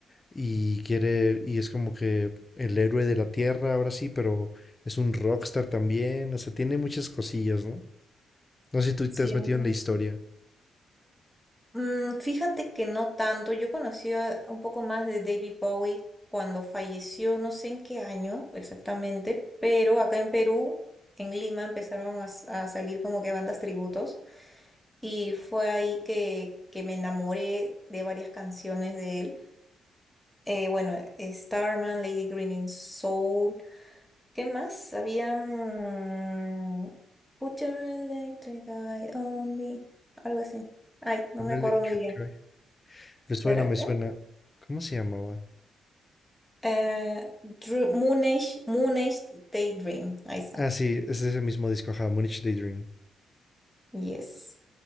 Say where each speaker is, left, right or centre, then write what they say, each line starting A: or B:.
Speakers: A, on the left; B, in the centre.
A: y quiere, y es como que el héroe de la tierra, ahora sí, pero es un rockstar también, o sea, tiene muchas cosillas, ¿no? No sé si tú
B: Sí,
A: te has
B: ahí
A: metido
B: me
A: en la
B: encanta.
A: historia.
B: Mm, fíjate que no tanto. Yo conocí a un poco más de David Bowie cuando falleció, no sé en qué año exactamente, pero acá en Perú, en Lima, empezaron a, s- a salir como que bandas tributos y fue ahí que, que me enamoré de varias canciones de él. Eh, bueno, eh, Starman, Lady Green in Soul. ¿Qué más? Había... mm, Put your electric eye on me. Algo así. Ay, no
A: Un
B: me
A: Electric
B: acuerdo muy bien.
A: Eye. Me suena,
B: Espérate.
A: me suena. ¿Cómo se llamaba?
B: Eh, Dr- Moon Age, Moon Age Daydream. Ahí está.
A: Ah, sí, es ese mismo disco, ajá, Munich Daydream.
B: Yes.